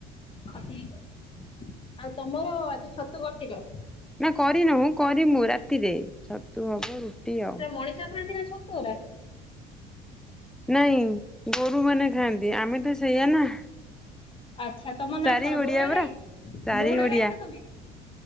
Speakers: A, on the left; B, in the centre.
A: ଆଉ ତମର ଆଜି ଛତୁ କରିଥିଲ।
B: ନା କରିନହୁଁ କରିମୁ ରାତିରେ ଛତୁ ହବ ରୁଟି ହବ।
A: ସେଟା ମଣିଷ ଖାଆନ୍ତି ନା ଛତୁରା?
B: ନାଇଁ ଗୋରୁ ମାନେ ଖାଆନ୍ତି ଆମେ ତ ସେଇଆ ନା।
A: ଆଚ୍ଛା ତମ ନାଁ
B: ଚାରି
A: କଣ
B: ଗୋଡିଆ
A: ବଉଳା
B: ପରା।
A: ଗାଈ,
B: ଚାରି
A: ବଉଳା
B: ଗୋଡିଆ
A: ଗାଈ ନା ତମେ?